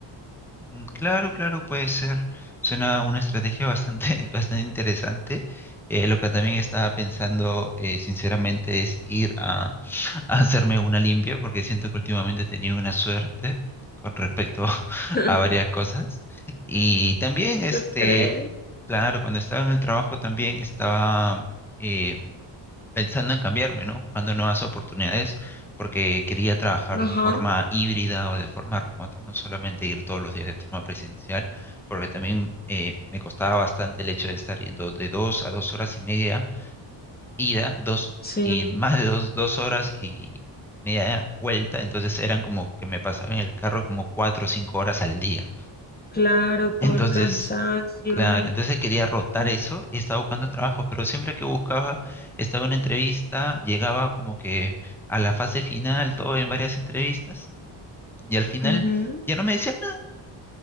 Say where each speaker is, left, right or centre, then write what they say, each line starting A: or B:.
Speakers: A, in the centre; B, on the left.
A: Mm, Claro, claro, puede ser. Suena una estrategia bastante, <laughs> bastante interesante. Eh, lo que también estaba pensando, eh, sinceramente, es ir a, <laughs> a hacerme una limpia, porque siento que últimamente he tenido una suerte con respecto <laughs>
B: <laughs>
A: a varias cosas. Y también, este,
B: ¿Lo crees?
A: claro, cuando estaba en el trabajo también estaba... eh, pensando en cambiarme, ¿no? Buscando nuevas oportunidades porque quería trabajar
B: Ajá,
A: de forma híbrida o de forma remota, no solamente ir todos los días de forma presencial, porque también eh, me costaba bastante el hecho de estar yendo de dos a dos horas y media ida, dos
B: sí,
A: y más de dos, dos horas y media vuelta, entonces eran como que me pasaba en el carro como cuatro o cinco horas al día.
B: claro, todo
A: Entonces
B: el cansancio.
A: Claro, entonces quería rotar
B: Mm,
A: eso y estaba buscando trabajos, pero siempre que buscaba, estaba en una entrevista, llegaba como que a la fase final, todo en varias entrevistas, y al final
B: ujú.
A: ya no me decían nada.